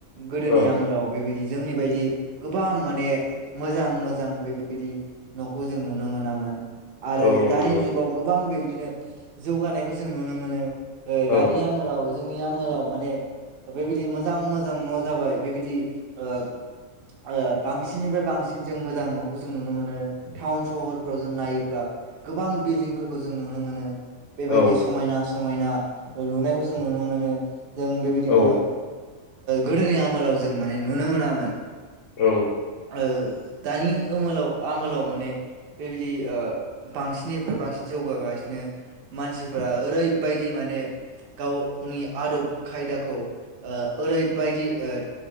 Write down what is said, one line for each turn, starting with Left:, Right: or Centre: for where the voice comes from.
Right: गोदोनि
Left: औ
Right: आमोलाव बेबायदि जोंनि बायदि गोबां माने मोजां मोजां बेबायदि न'खौ जों नुनो मोनामोन आरो
Left: औ
Right: दानि
Left: नंगौ
Right: जुगाव गोबां बेबाय- दिनो जौगानायखौ जों नुनो मोनो। ओ दानि
Left: औ
Right: आमोलाव जोंनि आमोलाव माने बेबायदि मोजां मोजां न' जाबाय बेबायदि ओ ओ बांसिननिफ्राय बांसिन जों मोजां न'खौ जों नुनो मोनो। टाउन सहरफ्राव जों नायो ल्बा गोबां बिल्डिंफोरखौ जों नुनो मोनो। बेबायदि
Left: औ
Right: समायना-समायना लुनायखौ जों नुनो मोनो। जों बेबायदिनो
Left: औ
Right: गोदोनि आमोलाव जों माने नुनो मोनामोन।
Left: औ
Right: औ दानि ओमोलाव आमोलाव माने बेबायदि ओ बांसिननिफ्राय बांसिन जौगागासिनो मानसिफोरा ओरैबायदि माने गावनि आदब खायदाखौ ओ ओरैबायदि ओ